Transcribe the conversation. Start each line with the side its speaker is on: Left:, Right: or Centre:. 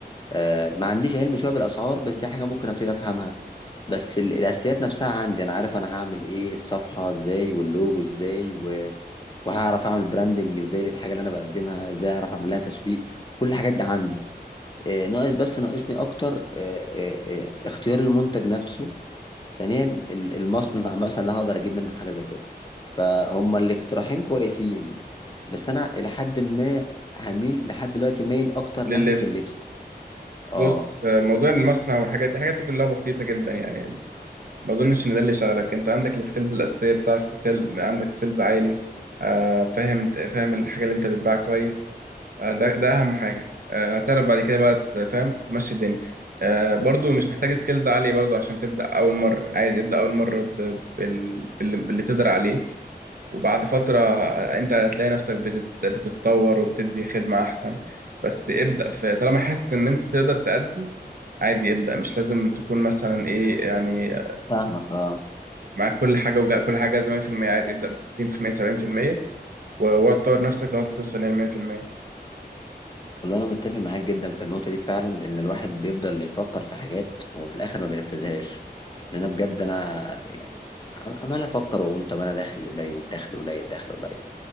Left: آه، ما عنديش علم شويه بالاسعار بس دي حاجه ممكن ابتدي افهمها بس ال- الاساسيات نفسها عندي انا عارف انا هعمل ايه الصفحه ازاي واللوجو ازاي و... وهعرف اعمل براندنج ازاي للحاجه اللي انا بقدمها ازاي اعرف اعمل لها تسويق كل الحاجات دي عندي آه، ناقص بس ناقصني اكتر آه، آه، آه، اختيار المنتج نفسه ثانيا ال- المصنع مثلا اللي هقدر اجيب منه حاجه زي كده فهم الاقتراحين كويسين بس انا الى حد ما هميل لحد دلوقتي مايل اكتر
Right: لللبس
Left: ناحيه اللبس اه
Right: بص آه، موضوع المصنع والحاجات دي حاجات كلها بسيطة جدا يعني ما اظنش ان ده اللي شغلك انت عندك السكيلز الأساسية بتعرف تسيل عندك سيلز عالي آه، فاهم انت فاهم الحاجة اللي انت بتبيعها كويس آه، ده ده اهم حاجه آه، هتعرف بعد كده بقى تفهم تمشي الدنيا آه، برضو مش محتاج سكيلز عاليه برضو عشان تبدا اول مره عادي ابدا اول مره ب- بال- بال- باللي تقدر عليه وبعد فتره انت هتلاقي نفسك بتت- بتتطور وبتدي خدمه احسن بس ابدا في طالما حاسس ان انت تقدر تأدي عادي ابدا مش لازم تكون مثلا ايه يعني
Left: فاهمك اه
Right: معاك كل حاجه وكل حاجه زي 100% عادي ابدا ب 60% 70% و- وتطور نفسك لغايه ما توصل لل 100%
Left: والله انا متفق معاك جدا في النقطه دي فعلا لان الواحد بيفضل يفكر في حاجات وفي الاخر ما بينفذهاش لان انا بجد انا يعني عم- عمال افكر واقول طب انا دخلي قليل دخل قليل دخل قليل